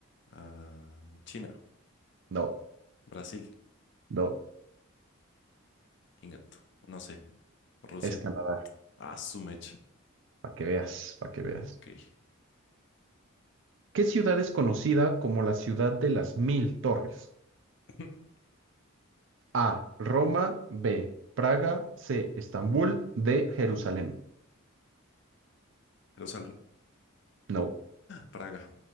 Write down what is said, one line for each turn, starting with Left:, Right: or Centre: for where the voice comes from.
Left: ah, China,
Right: No,
Left: Brasil.
Right: no,
Left: Ingato. No sé. Rusia.
Right: es Canadá.
Left: Ah, su mecha.
Right: Para que veas, para que veas.
Left: Ok.
Right: ¿Qué ciudad es conocida como la ciudad de las mil torres?
Left: <laughs>
Right: A. Roma. B. Praga. C. Estambul. D. Jerusalén.
Left: Jerusalén.
Right: No,
Left: Praga.